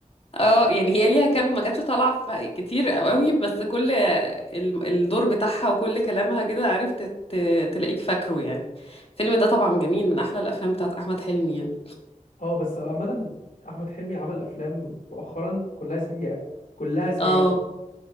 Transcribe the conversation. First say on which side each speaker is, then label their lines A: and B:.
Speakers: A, on the left; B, on the left.
A: اه يعني هي ليها كام ما كانتش طالعه ف- كتير قوي بس كل ال- الدور بتاعها وكل كلامها كده عرفت ت- تلاقيك فاكره يعني الفيلم ده طبعا جميل من احلى الافلام بتاعت احمد حلمي يعني
B: اه بس عامه احمد حلمي عمل افلام مؤخرا كلها سيئه كلها سيئه
A: اه